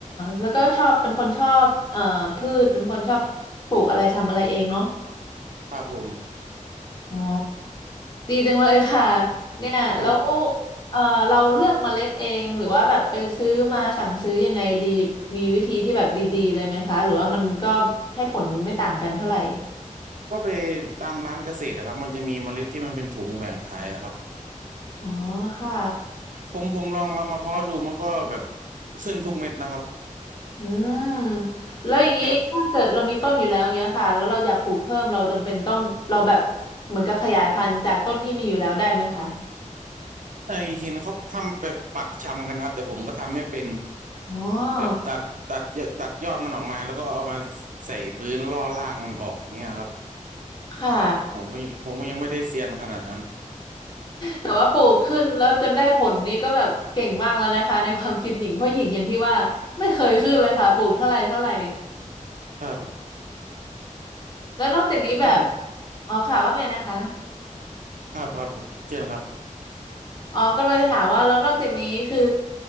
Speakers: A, on the left; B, on the right.
A: แล้วก็ชอบเป็นคนชอบเอ่อพืชเป็นคนชอบปลูกอะไรทำอะไรเองเนาะ
B: ครับผม
A: อ๋อ ดีจังเลยค่ะ เนี่ยแล้ว
B: ครับ
A: เอ่อเราเลือกเมล็ดเอง หรือว่าแบบไปซื้อมาสั่งซื้อยังไงดี มีวิธีที่แบบดีๆเลยไหมคะ หรือว่ามันก็ให้ผลไม่ต่างกันเท่าไหร่
B: ก็ไปตามร้านเกษตรนะครับมันจะมีเมล็ดที่มันเป็นถุงแบ่งขายอะครับ
A: อ๋อค่ะ
B: ผมผมลองเอามาเพาะดูมันก็แบบขึ้นทุกเม็ดนะครับ
A: อืม แล้วอย่างนี้ถ้าเกิดเรามีต้นอยู่แล้วเงี้ยค่ะ
B: แบบ
A: แล้วเราอยากปลูกเพิ่มเราจำเป็นต้องเราแบบเหมือนกับขยายพันธุ์จากต้นที่มีอยู่แล้วได้ไหมคะ
B: ไอ้เห็นเขาทำแบบปักชำกันครับแต่ผมก็ทำไม่เป็น
A: อ๋อ
B: แบบตัดตัดเยอะตัดยอดมันออกมาแล้วก็เอามาใส่พื้นล่อรากมันออกอย่างเงี้ยครับ
A: ค่ะ
B: ผมก็ผมก็ยังไม่ได้เซียนขนาดนั้น
A: แต่ว่าปลูกขึ้นแล้วจนได้ผลนี่ก็แบบเก่งมากแล้วนะคะในความคิดหญิงเพราะหญิงอย่างที่ว่าไม่เคยขึ้นเลยค่ะปลูกเท่าไหร่เท่าไหร่
B: ครับ
A: แล้วนอกจากนี้แบบ
B: ต้อง
A: อ๋อค่ะว่าไงนะคะ
B: ครับครับเช่นครับ
A: อ๋อกำลังจะถามว่าแล้วนอกจากนี้คือ